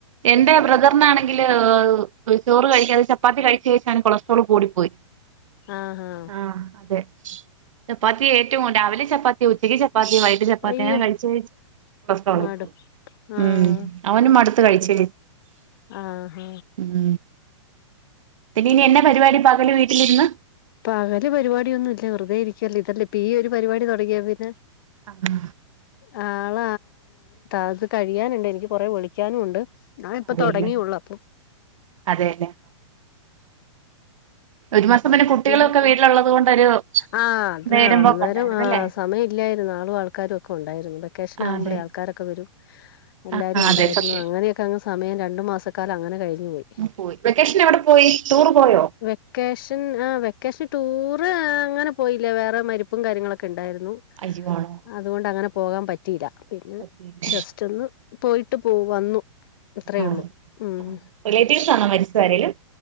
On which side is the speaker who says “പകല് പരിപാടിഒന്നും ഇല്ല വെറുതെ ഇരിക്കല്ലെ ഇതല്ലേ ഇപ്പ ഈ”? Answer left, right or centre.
Left